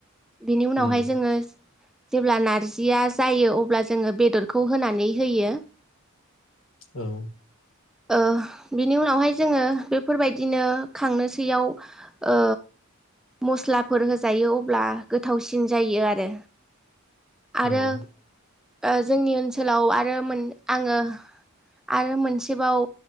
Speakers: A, in the centre; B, on the left.
A: बिनि उनावहाय
B: उम
A: जोङो जेब्ला नारजिया जायो अब्ला जोङो बेदरखौ होनानै होयो
B: औ
A: ओ बिनि उनावहाय जोङो बेफोरबायदिनो खांनोसैयाव ओ मस्लाफोर हो जायो अब्ला गोथावसिन जायो आरो आरो
B: औ ओं
A: ओ जोंनि ओनसोलाव आरो आङो आरो मोनसेबाव